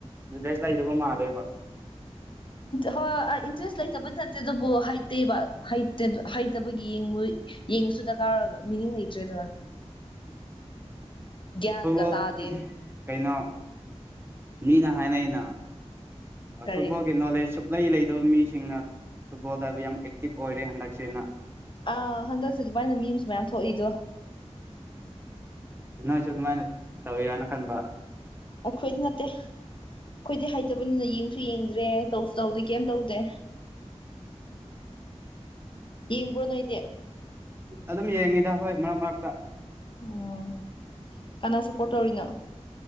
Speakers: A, on the right (about 20°); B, on the left (about 45°).
A: ꯏꯟꯇꯦꯁ ꯂꯩꯗꯕ ꯃꯥꯜꯂꯦꯀꯣ
B: ꯍꯣꯏ ꯏꯟꯇꯔꯦꯁ ꯂꯩꯇꯕꯗꯤ ꯅꯠꯇꯦ ꯑꯗꯨꯕꯨ ꯍꯩꯇꯦꯕ ꯍꯩꯇꯕꯒꯤ ꯌꯦꯡꯕꯣꯏ ꯌꯦꯡꯉꯁꯨꯗ ꯀꯥ ꯃꯤꯅꯤꯡ ꯂꯩꯇ꯭ꯔꯦꯗꯅ ꯒ꯭ꯌꯥꯟꯒ
A: ꯁꯒꯜ
B: ꯇꯥꯗꯦ
A: ꯀꯩꯅꯣ ꯃꯤꯅ ꯍꯥꯏꯅꯩꯅ
B: ꯀꯔꯤ
A: ꯐꯨꯠꯕꯣꯜꯒꯤ ꯅꯣꯂꯦꯖꯁꯨ ꯂꯩ ꯂꯩꯇꯕ ꯃꯤꯁꯤꯡꯅ ꯐꯨꯠꯕꯣꯜꯗ ꯍꯥꯏꯕ ꯌꯥꯝ ꯑꯦꯛꯇꯤꯚ ꯑꯣꯏꯔꯦ ꯍꯟꯗꯛꯁꯦꯅ
B: ꯑꯥ ꯍꯟꯗꯛꯁꯤ ꯑꯗꯨꯃꯥꯏꯅ ꯃꯤ ꯑꯃꯁꯨ ꯃꯌꯥꯝ ꯊꯣꯛꯏꯗꯣ
A: ꯅꯣꯏꯁꯨ ꯑꯗꯨꯃꯥꯏꯅ ꯇꯧꯋꯔꯅ ꯈꯟꯕ
B: ꯑꯩꯈꯣꯏꯗꯤ ꯅꯠꯇꯦ ꯑꯩꯈꯣꯏꯗꯤ ꯍꯩꯇꯕꯅꯤꯅ ꯌꯦꯡꯁꯨ ꯌꯦꯡꯗ꯭ꯔꯦ ꯇꯧꯁꯨ ꯇꯧꯗꯦ ꯀꯩꯝ ꯇꯧꯗꯦ ꯏꯡꯕꯨ ꯅꯣꯏꯗꯦ
A: ꯑꯗꯨꯝ ꯌꯦꯡꯉꯤꯗ ꯍꯣꯏ ꯃꯔꯛ ꯃꯔꯛꯇ
B: ꯑꯣ ꯀꯅꯥ ꯁꯞꯄꯣꯔꯠ ꯇꯧꯔꯤꯅꯣ